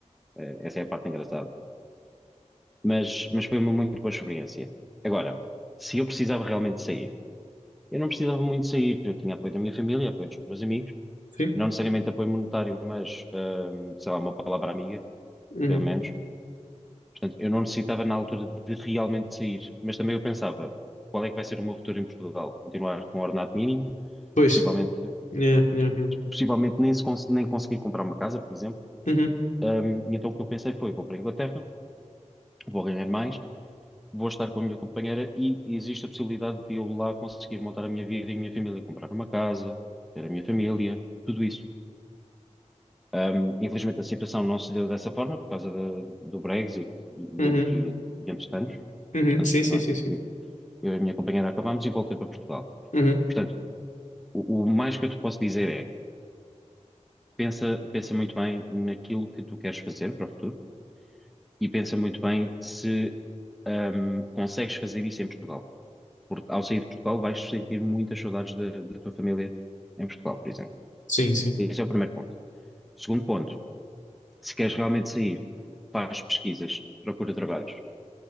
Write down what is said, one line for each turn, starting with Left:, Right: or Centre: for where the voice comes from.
Centre: Ah, essa é a parte engraçada. Mas, mas foi uma muito boa experiência. Agora, se eu precisava realmente sair, eu não precisava muito sair. Eu tinha apoio da minha família, apoio dos meus amigos,
Left: Sim.
Centre: não necessariamente apoio monetário, mas, ah, sei lá, uma palavra amiga
Left: Uhum.
Centre: pelo menos. Portanto, eu não necessitava na altura de realmente sair, mas também eu pensava, qual é que vai ser o meu futuro em Portugal? Continuar com um ordenado mínimo,
Left: Pois.
Centre: possivelmente,
Left: Yeah, yeah, yeah.
Centre: possivelmente nem, se cons- nem conseguir comprar uma casa, por exemplo.
Left: Uhum.
Centre: Ahm, e então o que eu pensei foi, vou para a Inglaterra, vou ganhar mais, vou estar com a minha companheira e existe a possibilidade de eu lá conseguir montar a minha vida e a minha família, comprar uma casa, ter a minha família, tudo isso. Um, infelizmente a situação não se deu dessa forma por causa da- do Brexit e,
Left: Uhum.
Centre: e entre, e entre tantos.
Left: Uhum.
Centre: Portanto,
Left: Sim, sim,
Centre: nós-
Left: sim, sim.
Centre: eu e a minha companheira acabámos e voltei para Portugal.
Left: Uhum.
Centre: Portanto, o, o mais que eu te posso dizer é, pensa, pensa muito bem naquilo que tu queres fazer para o futuro e pensa muito bem se hum, consegues fazer isso em Portugal. Porque ao sair de Portugal vais sentir muitas saudades da, da tua família em Portugal, por exemplo.
Left: Sim, sim.
Centre: Esse é o primeiro ponto. Segundo ponto, se queres realmente sair, faz pesquisas, procura trabalhos,